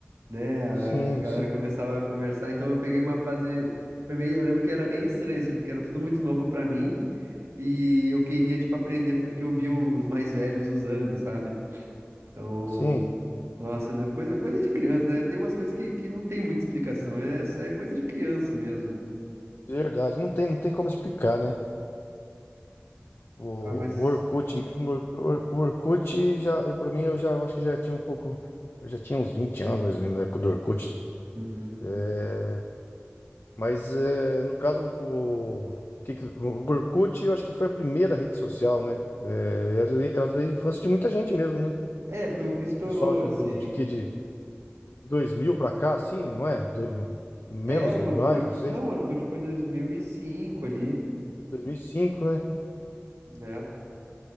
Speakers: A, on the right; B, on the left.
A: né, a,
B: Sim,
A: a galera
B: sim,
A: começava a conversar, então eu peguei uma fase, foi meio, eu lembro que era bem estranho, assim, porque era tudo muito novo pra mim, e eu queria, tipo, aprender porque eu vi os mais velhos usando, sabe? Então,
B: sim.
A: nossa, eu lembro, coisa, coisa de criança, né? Tem umas coisas que, que não tem muita explicação, é, é coisa de criança mesmo.
B: De verdade. Não tem, não tem como explicar, né? O,
A: Ah, mas.
B: o Orkut mesmo, o, Or- o Orkut já, eu, pra mim, eu já eu acho que já tinha um pouco. Eu já tinha uns 20 anos, mais ou menos, na época do Orkut.
A: Uhum.
B: É, mas é, no caso, o, que que- o Orkut eu acho que foi a primeira rede social, né? É, era, era da infância de muita gente mesmo, né?
A: É, foi o que estourou,
B: Pessoal de,
A: assim.
B: do, de, que- de, 2000 pra cá, assim não é? Do- menos
A: É, o
B: ou
A: Orkut.
B: mais, não sei.
A: Não, o Orkut foi 2005 ali,
B: 2005, né?
A: né?